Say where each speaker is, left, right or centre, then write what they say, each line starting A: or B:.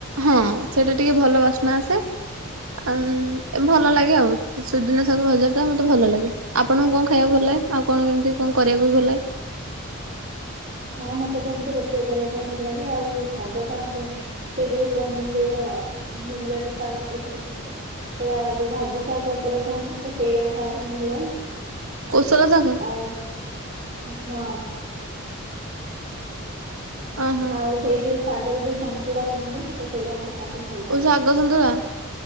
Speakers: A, on the right; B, on the right.
A: ହଁ ସେଟା ଟିକେ ଭଲ ବାସ୍ନା ଆସେ। ଉଁ ଭଲ ଲାଗେ ଆଉ ସୁଜୁନା ଶାଗ ଭଜାଟା ମତେ ଭଲ ଲାଗେ। ଆପଣଙ୍କୁ କଣ ଖାଇବାକୁ ଭଲ ଲାଗେ। ଆଉ କଣ କେମିତି କଣ କରିବାକୁ ବି ଭଲ ଲାଗେ।
B: ହଁ ମତେ ତ ଏମିତି ରୋଷେଇ କରିବା ପାଇଁ ଭଲ ଲାଗେ। ଆଉ ଶାଗ ତ ମତେ ସେ ଯେଉ କୁହନ୍ତିନି ଯୋ ନିଲଜ ସାଗ ନିଲାଜ ଯୋଉ ଭାଜି ସାଗ ଏପଟେ କୁହନ୍ତୁ ତ ସେଇଟା ଖାଇବାକୁ ଭଲ ଲାଗେ
A: କୋଶଳା ଶାଗ
B: ଆଉ ହଁ।
A: ଅ ହଁ
B: ଆଉ ସେଇ ଯୋଉ ଶାଗର ଯୋଉ ସନ୍ତୁଳା ବନାନ୍ତି ନା ତ ସେଇଟା ମତେ ଖାଇବାକୁ ଭଲ ଲାଗେ
A: ଓ ଶାଗ
B: ବେଶୀ।
A: ସନ୍ତୁଳା।